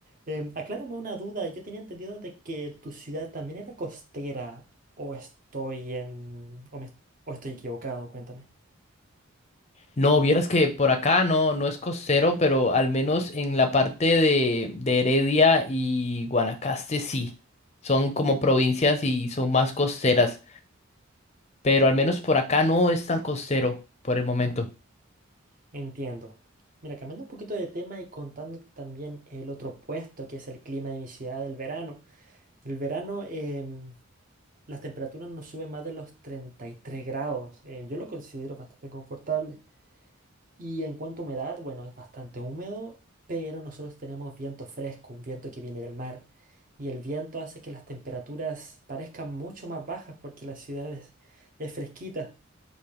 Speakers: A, on the right; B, on the left.
A: Em, aclárame una duda. Yo tenía entendido de que tu ciudad también era costera, o estoy en, o me- o estoy equivocado, cuéntame.
B: No, vieras que por acá no, no es costero, pero al menos en la parte de, de Heredia y Guanacaste sí. Son como provincias y son más costeras, pero al menos por acá no es tan costero por el momento.
A: Entiendo. Mira, cambiando un poquito de tema y contándote también el otro puesto, que es el clima de mi ciudad del verano. El verano, em, las temperaturas no suben más de los 33 grados. eh, yo lo considero bastante confortable. Y en cuanto a humedad, bueno, es bastante húmedo, pero nosotros tenemos viento fresco, un viento que viene del mar. Y el viento hace que las temperaturas parezcan mucho más bajas porque la ciudad es, es fresquita.